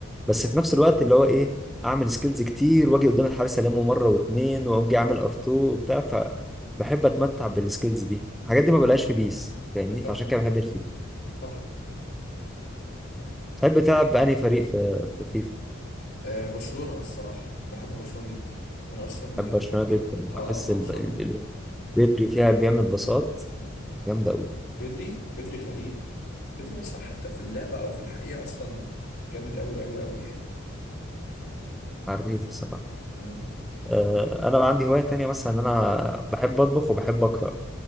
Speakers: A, in the centre; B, on the left.
A: بس في نفس الوقت اللي هو ايه اعمل سكيلز كتير واجي قدام الحارس المه مره واتنين واقوم جاي اعمل ار2 وبتاع فبحب اتمتع بالسكيلز دي الحاجات دي ما بلاقيش في بيس فاهمني
B: صح
A: فعشان كده بحب الفيفا
B: صح
A: بحب تلعب بأنهي فريق في في فيفا
B: آه برشلونه الصراحه بحب برشلونه جدا انا اصلا يعني
A: بحب برشلونه جدا
B: اه
A: بحس
B: انا
A: الب-
B: اصلا
A: ال- ال- بدري فيها بيعمل باصات جامده قوي
B: بيدري بيدري غريب بيدري اصلا حتى في اللعبه او في الحقيقه اصلا جامد قوي قوي قوي يعني
A: عريف بصراحه
B: مم.
A: آه، انا بقى عندي هواية تانية مثلا ان انا بحب اطبخ وبحب اقرا